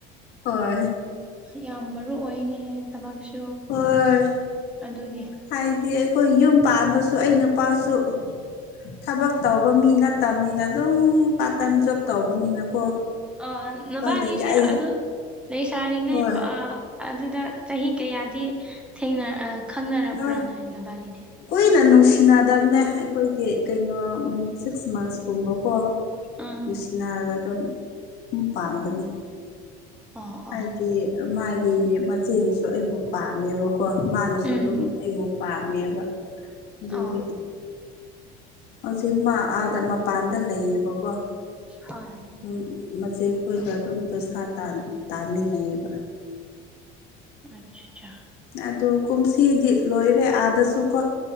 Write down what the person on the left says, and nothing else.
ꯍꯣꯏ
ꯍꯣꯏ
ꯍꯥꯏꯗꯤ ꯑꯩꯈꯣꯏ ꯌꯨꯝ ꯄꯥꯟꯕꯁꯨ ꯑꯩ ꯅꯨꯄꯥꯁꯨ ꯊꯕꯛ ꯇꯧꯕ ꯃꯤ ꯅꯠꯇꯕꯅꯤꯅ ꯑꯗꯨꯝ ꯄꯥꯔꯠ ꯇꯥꯏꯃ ꯖꯣꯕ ꯇꯧꯕꯅꯤꯅꯀꯣ
ꯎꯄꯥꯏ ꯂꯩꯇꯦ ꯑꯩ
ꯍꯣꯏ
ꯑ
ꯀꯨꯏꯅ ꯅꯨꯡꯁꯤꯅꯗꯝꯅꯦ ꯑꯩꯈꯣꯏꯗꯤ ꯀꯩꯅꯣ ꯁꯤꯛꯁ ꯃꯟꯁꯀꯨꯝꯕꯀꯣ
ꯅꯨꯡꯁꯤꯅꯔꯒ ꯑꯗꯨꯝ ꯄꯥꯟꯕꯅꯤ
ꯍꯥꯏꯗꯤ
ꯃꯥꯒꯤ ꯃꯆꯦꯅꯁꯨ ꯑꯩꯕꯨ ꯄꯥꯝꯃꯦꯕꯀꯣ ꯃꯥꯅꯁꯨ
ꯑꯗꯨꯝ ꯑꯩꯕꯨ ꯄꯥꯝꯃꯦꯕ ꯑꯗꯨꯒꯤ
ꯍꯧꯖꯤꯛ ꯃꯥ ꯑꯥꯗ ꯃꯄꯥꯟꯗ ꯂꯩꯌꯦꯕꯀꯣ
ꯑꯗꯨꯝ ꯃꯆꯦ ꯈꯣꯏꯒ ꯑꯗꯨꯝ ꯄꯩꯁꯥ ꯇꯥꯃꯤꯟꯅꯩꯌꯦꯕ
ꯑꯗꯨ ꯀꯨꯝꯁꯤꯗꯤ ꯂꯣꯏꯔꯦ ꯑꯥꯗꯁꯨ ꯀꯣ